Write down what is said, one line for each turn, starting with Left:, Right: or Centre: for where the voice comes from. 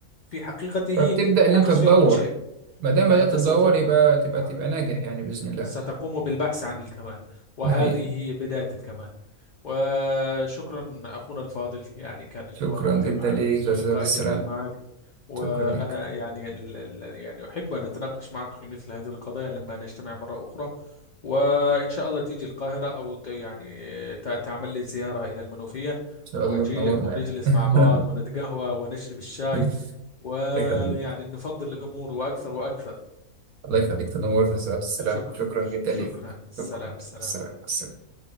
Left: في حقيقته
Right: فبتبدأ اللي
Left: ناقص
Right: أنت تدور
Left: في كل شيء
Right: ما دام
Left: فأنت
Right: بدأت تدور
Left: سوف ب...
Right: يبقى تبقى
Left: نعم
Right: تبقى ناجح يعني بإذن الله
Left: ستقوم بالبحث عن الكمال وهذه
Right: ده حقيقي
Left: هي بداية الكمال وشكرا أخونا الفاضل يعني كان الحوار
Right: شكرا
Left: ممتع
Right: جدا
Left: معك
Right: ليك
Left: ولقاء
Right: يا أستاذ عبد السلام
Left: جميل معك وأنا
Right: شكرا ليك
Left: يعني ال- ال- يعني أحب أن أتناقش معك في مثل هذه القضايا لما نجتمع مرة أخرى وإن شاء الله تيجي القاهرة أو ت- يعني ت- تعمل لي زيارة إلى المنوفية
Right: شاء الله
Left: وأجي
Right: تنورنا
Left: لك ونجلس
Right: يعني <laughs>
Left: مع بعض ونتقهوى ونشرب الشاي
Right: الله
Left: ويعني
Right: يخليك
Left: نفضل الأمور وأكثر وأكثر
Right: الله يخليك تنورنا سعادة السلام
Left: شكرا
Right: شكرا جدا
Left: شكرا
Right: ليك
Left: سلام
Right: شكرا مع
Left: سلام
Right: السلامة مع السلامة